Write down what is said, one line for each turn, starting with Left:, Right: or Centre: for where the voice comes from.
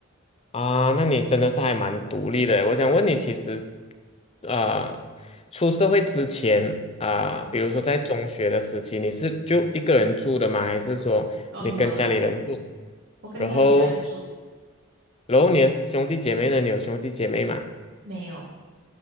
Left: 啊，那你真的是还蛮独立的。我想问你，其实，呃，出社会之前啊，
Right: 嗯，
Left: 比如说在中学的时期，你是就一个人住的吗？还是说你跟家里人住？
Right: 哦，没有啦，我跟家里人住，
Left: 然后，然后你的兄弟姐妹呢？你有兄弟姐妹吗？
Right: 没有。